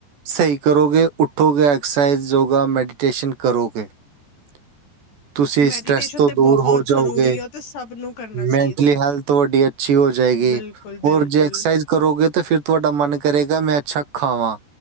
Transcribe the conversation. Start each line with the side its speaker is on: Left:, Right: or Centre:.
Right: ਸਹੀ ਕਰੋਗੇ ਉੱਠੋਗੇ ਐਕਸਰਸਾਈਜ਼ ਜੋਗਾ ਮੈਡੀਟੇਸ਼ਨ ਕਰੋਗੇ। <inaudible> <inaudible> ਤੁਸੀਂ ਸਟਰ੍ਰੈਸ
Left: ਮੈਡੀਟੇਸ਼ਨ
Right: ਤੋਂ
Left: ਤੇ
Right: ਦੂਰ
Left: ਬਹੁਤ
Right: ਹੋ
Left: ਜ਼ਰੂਰੀ
Right: ਜਾਓਗੇ
Left: ਹੈ ਉਹ ਤੇ ਸਭ ਨੂੰ ਕਰਨਾ ਚਾਹੀਦਾ
Right: ਮੈਂਟਲੀ ਹੈਲਥ ਤੁਹਾਡੀ ਅ ਅੱਛੀ ਹੋ ਜਾਏਗੀ
Left: ਬਿਲਕੁਲ ਬਿਲਕੁਲ
Right: ਹੋਰ ਜੇ ਐਕਸਰਸਾਈਜ਼ ਕਰੋਗੇ ਤੇ ਫੇਰ ਤੁਹਾਡਾ ਮਨ ਕਰੇਗਾ ਮੈਂ ਅੱਛਾ ਖਾਵਾਂ।